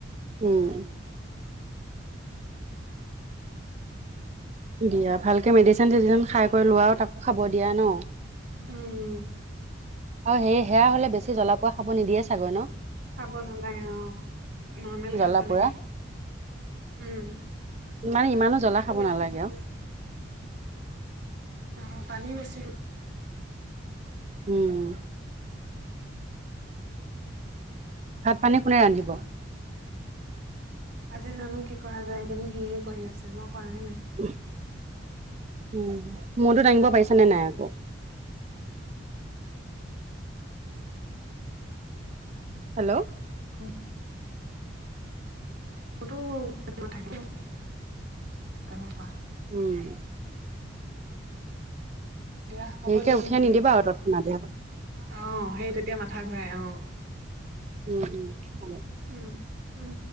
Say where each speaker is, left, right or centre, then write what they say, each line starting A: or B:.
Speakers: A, on the right (about 35°); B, on the right (about 60°).
A: উম দিয়া ভালকে মেডিচিন চেডিচন খাই কৰি লোৱা আৰু তাকো খাব দিয়া ন
B: উম উম
A: আৰু সে সেয়া
B: সেইটোৱে
A: হলে বেছি জ্বলা পোৰা খাব নিদিয়ে চাগৈ ন
B: খাব নালাগে অ নৰ্মেল
A: জ্বলা
B: খাব
A: পোৰা
B: লাগে উম
A: মানে ইমানো জ্বলা
B: পানো বেছি
A: নালাগে
B: খাব
A: আৰু
B: অ পানী বেছি
A: উম ভাত পানী কোনে ৰান্ধিব
B: আজি জানো কি কৰা যায় এই কেইদিন সি কৰি আছে মই কৰাই নাই
A: উ মোৰতো দাঙিব পাৰিছ নে নাই আকৌ হেল্ল'
B: অ মোৰোতো থাকে দ তেনেকুৱা
A: উম
B: দিয়া হ'ব
A: সেকে
B: দিয়া
A: উঠিয়াই
B: নহ'লে।
A: নিদিবা আৰু তাত নাধে
B: অ সেই তেতিয়া মাথা ঘূৰাই অ
A: উম উম হব
B: উম উম